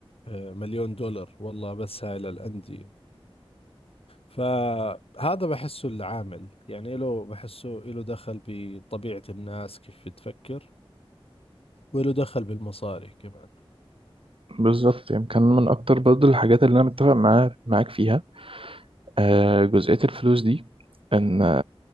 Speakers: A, on the left; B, on the right.
A: آه، مليون دولار والله بس هاي للأندية فهذا بحسه العامل يعني له بحسه له دخل بطبيعة الناس كيف بتفكر وله دخل بالمصاري كمان
B: بالظبط يعني كان من أكتر برضه الحاجات اللي أنا متفق معاها معاك فيها أه جزئية الفلوس دي إن